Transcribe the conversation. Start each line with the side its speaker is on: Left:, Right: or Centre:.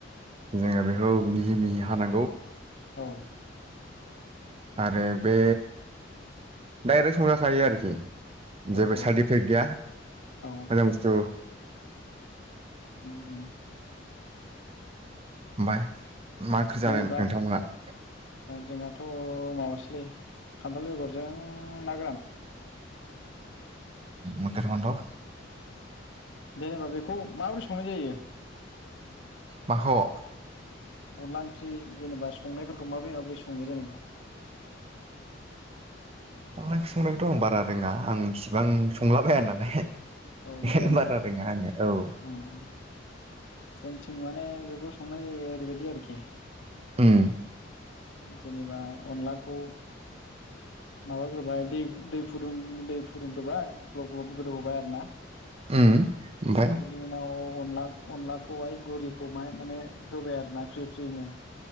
Right: जोङो बेखौ मिहि मिहि हानांगौ।
Left: औ
Right: आरो बे डाइरेक्ट संजाखायो आरोखि
Left: औ
Right: जेबो
Left: औ
Right: साइड इफेक्ट गैया
Left: औ
Right: माने बुस्थु
Left: उम
Right: ओमफाय मा ओंखि
Left: जेनेबा
Right: जानाय नोंथांमोनहा
Left: जोंहाथ' माबासलै खान्थाल बेगरजों ना गोरान
Right: मकेल खन्द' <unintelligible>
Left: जेनेबा बेखौ माबोरै संनाय जायो
Right: माखौ
Left: अनदला ओंख्रि जेनेबा संनायफोरखौ माबोरै माबोरै सङो जेनेबा
Right: अनला ओंख्रिंनायखौथ' आं बारा रोङा आं इसिबां संला बाया नालाय
Left: औ बिदि आरोना
Right: बारा रोंआ आंडो औ।
Left: <inaudible> जों थिं माने बेखौ संनाय जायो ओरैबायदि आरोखि।
Right: उम
Left: जेनेबा अनलाखौ माबाग्रोबाय दै दै फुदुं दै फुदुंग्रोबाय। ग्लब ग्लब गोदौहोबाय आरो ना।
Right: उम ओमफ्राय
Left: बेनि उनाव अनला अनलाखौहाय गघुरिखौ माहाय माने होबाय आरो ना फ्रि फ्रिनो।